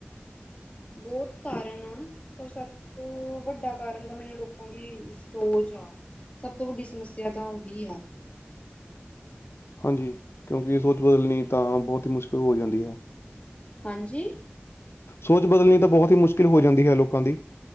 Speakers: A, on the left; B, on the left.
A: ਬੋਤ ਕਾਰਨ
B: ਕਿਉਂ?
A: ਆ ਪਰ ਸਭ ਸਭ ਤੋਂ ਵੱਡਾ ਕਾਰਨ ਤਾਂ ਮੈਨੂੰ ਲੋਕਾਂ ਦੀ ਸੋਚ ਆ ਸਭ ਤੋਂ ਵੱਡੀ ਸਮੱਸਿਆ ਤਾਂ ਆਹੀ ਆ
B: ਹਾਂਜੀ, ਕਿਉਂਕਿ ਸੋਚ ਬਦਲਣੀ ਤਾਂ ਬੋਤ ਈ ਮੁਸ਼ਕਿਲ ਹੋ ਜਾਂਦੀ ਹੈ।
A: ਹਾਂਜੀ।
B: ਸੋਚ ਬਦਲਣੀ ਤਾਂ ਬਹੁਤ ਹੀ ਮੁਸ਼ਕਿਲ ਹੋ ਜਾਂਦੀ ਹੈ ਲੋਕਾਂ ਦੀ